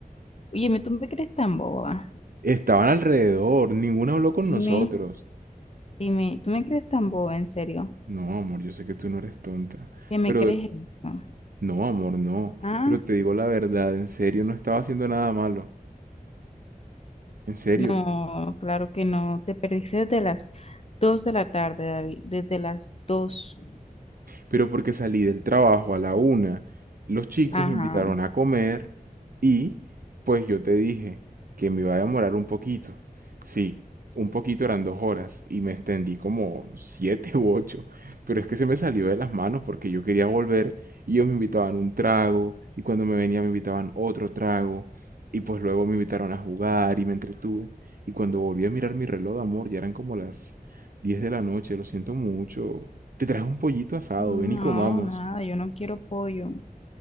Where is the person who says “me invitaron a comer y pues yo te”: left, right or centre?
Right